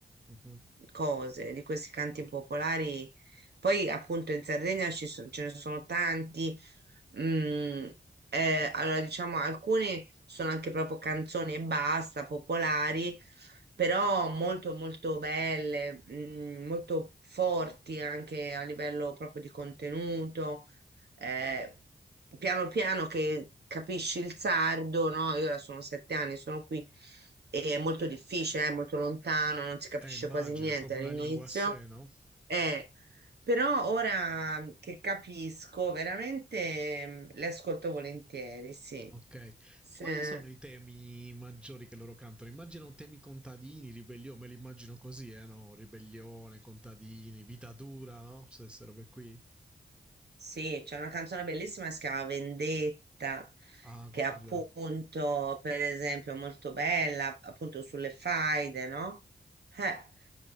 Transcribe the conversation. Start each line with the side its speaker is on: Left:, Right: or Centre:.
Centre: Mhm.
Right: cose, di questi canti popolari. Poi, appunto, in Sardegna ci so- ce ne sono tanti. Mm, eh, allora diciamo alcune sono anche proprio canzoni e basta, popolari, però molto molto belle, mm, molto forti anche a livello proprio di contenuto. eh, piano piano che capisci il sardo, no? Io ora sono sette anni, sono qui e è molto difficile, è molto lontano, non si capisce
Centre: Eh, immagino,
Right: quasi niente
Centre: è proprio
Right: all'inizio
Centre: una lingua a sé, no?
Right: eh, però ora che capisco, veramente mm, le ascolto volentieri, sì.
Centre: Ok.
Right: Se-
Centre: Quali sono i temi maggiori che loro cantano? Immagino temi contadini, ribellione, me li immagino così, eh, no? Ribellione, contadini, vita dura, no? Se queste robe qui.
Right: sì, c'è una canzone bellissima che si chiama Vendetta,
Centre: Ah, guarda.
Right: che è appunto, per esempio, molto bella, appunto sulle faide, no? Eh,